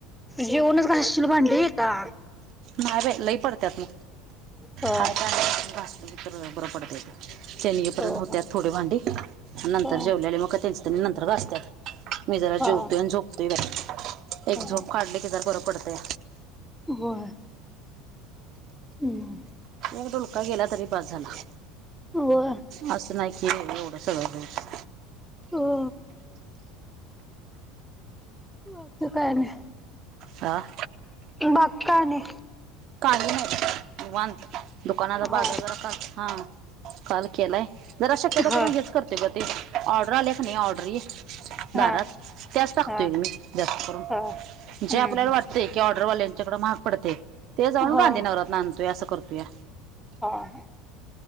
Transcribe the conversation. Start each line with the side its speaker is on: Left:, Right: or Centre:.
Centre: जेऊनच घासशील भांडी येता.
Right: नाही रे लई पडत्यात म
Centre: ह
Right: हाय काय <unintelligible> घासलो तर बरं पडतय ते. त्यांनी ये पर्यंत
Centre: हो
Right: होत्यात
Centre: हो
Right: थोडे भांडी नंतर
Centre: ह
Right: जेवलेले मग का त्यांचे त्यांनी नंतर घासत्यात. मी जरा
Centre: हा
Right: जेवतोय आणि झोपतोय बाय एक
Centre: ह
Right: झोप काढली की जरा बरं पडतंय.
Centre: होय. हम्म.
Right: एक डूलका गेला तरी बस झाला.
Centre: हो अ.
Right: असं नाही की एवढं सगळं <unintelligible>
Centre: हो. आत्ता काय नाही.
Right: आ?
Centre: बाकी काय आणि?
Right: काही नाही निवांत दुकानाचा बाजार
Centre: हा
Right: जरा का हा. काल केलाय जरा शक्यतो
Centre: हा
Right: करून हेच करते ग, ते ऑर्डर आले का नाही ऑर्डरी
Centre: हा
Right: बारा त्यास टाकतो
Centre: हा
Right: एक मी जास्त करून,
Centre: हा
Right: जे
Centre: हम्म
Right: आपल्याला वाट ते कि ऑर्डरवाल्यांच्याकडें महाग पडते, ते जाऊन
Centre: हा
Right: गांधीनगरात आणतोय असं करतूया.
Centre: हा हा.